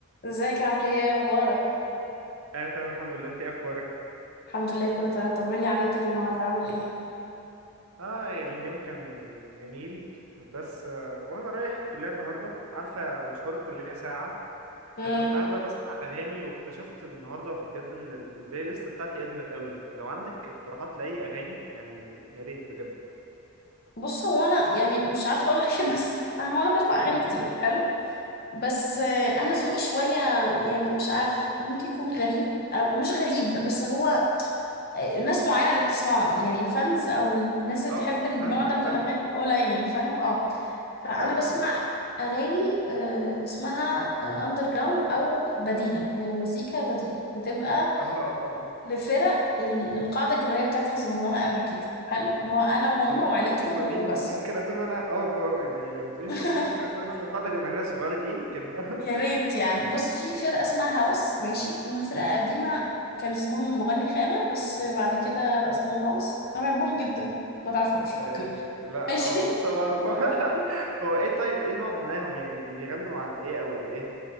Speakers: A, on the left (about 45°); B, on the right (about 85°).
A: ازيك عامل ايه ايه اخبارك
B: اه تمام الحمد لله انت ايه اخبارك
A: الحمد لله كله تمام طمني عليك كده النهارده عامل ايه
B: اه اليوم كان جميل بس آه، وانا رايح الكليه النهارده عارفه مشوار الكليه ساعه
A: امم
B: فكنت قاعد بقى بسمع اغاني واكتشفت النهارده بجد ان ال- البلاي ليست بتاعتي ادمت قوي لو عندك اقتراحات لاي اغاني يعني يا ريت بجد
A: بص هو انا يعني مش عارفه اقول لك ايه بس هو انا بسمع اغاني
B: <laughs>
A: كتير حلو بس آه، انا
B: اه
A: ذوقي شويه يعني مش عارف ممكن يكون غريب او مش غريب بس هو آه، ناس معينه اللي بتسمعه يعني الفانز او الناس اللي
B: آه،
A: بتحب النوع
B: فاهمك
A: ده من
B: فاهمك
A: الاغاني قليل فاهم اه فانا
B: اه فاهمك
A: بسمع اغاني آه، اسمها اندر جراوند او بديله يعني مزيكا بديله بتبقى
B: اه اه آه. أه.
A: لفرق ال- القاعدة الجماهيرية بتاعتها صغننة قوي كده حلو اللي هو انا وهم
B: طب ما
A: وعيلتهم
B: تقولي هما مين
A: وبس
B: م- ممكن اكون انا اه ب- يعني ما تقولي
A: <laughs>
B: هما مين ممكن اكون انا النقاده الجماهيريه الصغيره دي يمكن <laughs>
A: يا ريت يعني بص في فرقة اسمها هوس ماشي هم فرقة قديمة كان اسمهم المغني خانة بس بعد كده بقى اسمهم هوس انا بحبهم جدا ما تعرفهمش
B: آه،
A: اوكي
B: لا
A: ماشي
B: اه بس ما اعرف <laughs> هو ايه طيب ايه نوع غناهم يعني بيغنوا عن ايه او لايه